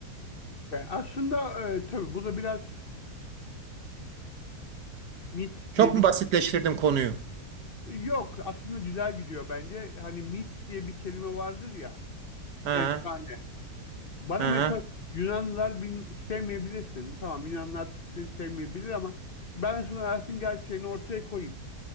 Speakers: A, on the left; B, on the right.
A: Yani aslında e, tabii bu da biraz mit
B: Çok
A: diye
B: mu
A: bir
B: basitleştirdim konuyu?
A: yok aslında güzel gidiyor bence. Hani mit diye bir kelime vardır ya
B: Ha,
A: efsane. Bana
B: ha,
A: mesela Yunanlılar bin, sevmeyebilirsin. Tamam Yunanlar Türkleri sevmeyebilir ama ben sana hayatın gerçeğini ortaya koyayım.